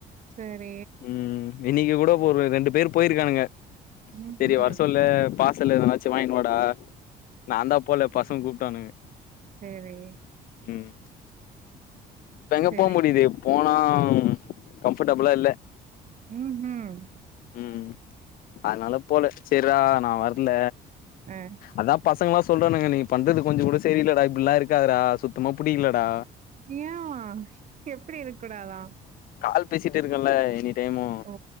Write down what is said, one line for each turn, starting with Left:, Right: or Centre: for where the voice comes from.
Right: சரி
Left: ம் இன்னிக்கு கூட ஒரு ரெண்டு பேர் போயிருக்கானுங்க
Right: ம்ஹும்
Left: சரி வரசொல்லு செல்லு எதனாச்சு வாங்னு வாடா நாதா போல பசங்க கூப்ட்டானுங்க
Right: சேரி
Left: ம் இப்ப எங்க
Right: சரி
Left: போ முடியுது போனா கம்ஃபோர்டபிளா இல்ல
Right: ம் ம்
Left: ம் அதனால போல சேர்ரா நா வரல
Right: அ
Left: அதா பசங்கல்லா சொல்றானுங்க நீ பண்றது கொஞ்சோ கூட சரியில்லடா இப்டில்லா இருக்காதடா சுத்தமா புடிக்கிலடா
Right: ஏ யா எப்டி இருக்கூடாதா
Left: கால் பேசிட்டு இருக்கெல்ல எனி டைமு
Right: ஓ